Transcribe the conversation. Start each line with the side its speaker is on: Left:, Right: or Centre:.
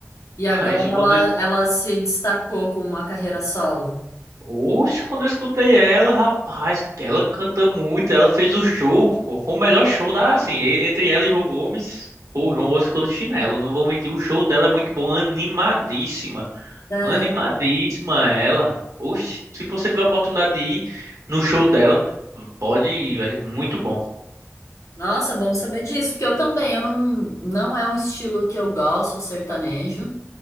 Left: E
Right: <laughs>
Left: agora
Right: Mas eu quando.
Left: ela, ela se destacou com uma carreira solo.
Right: Oxe, quando eu escutei ela, rapaz, ela canta muito, ela fez o show, pô, foi o melhor show da, assim, e- entre ela e João Gomes. Pô, o João Gomes ficou no chinelo, não vou mentir, o show dela é muito bom, animadíssima.
Left: Sério?
Right: Animadíssima ela. Oxe, se você tiver a oportunidade de ir no show dela, pode ir, velho. Muito bom.
Left: Nossa, bom saber disso, porque eu também, eu não, não é um estilo que eu gosto, o sertanejo.